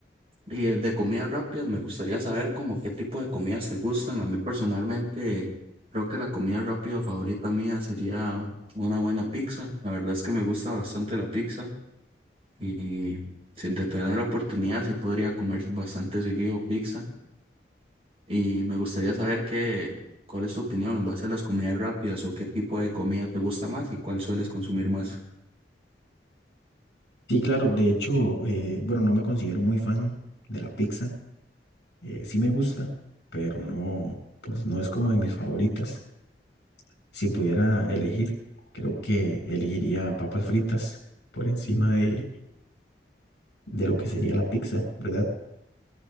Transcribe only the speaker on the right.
Y eh, de comidas rápidas, me gustaría saber como qué tipo de comidas te gustan. A mí personalmente, creo que la comida rápida favorita mía sería una buena pizza. La verdad es que me gusta bastante la pizza y si de tener la oportunidad, sí podría comer bastante seguido pizza. Y me gustaría saber qué, cuál es tu opinión en base a las comidas rápidas o qué tipo de comida te gusta más y cuál sueles consumir más.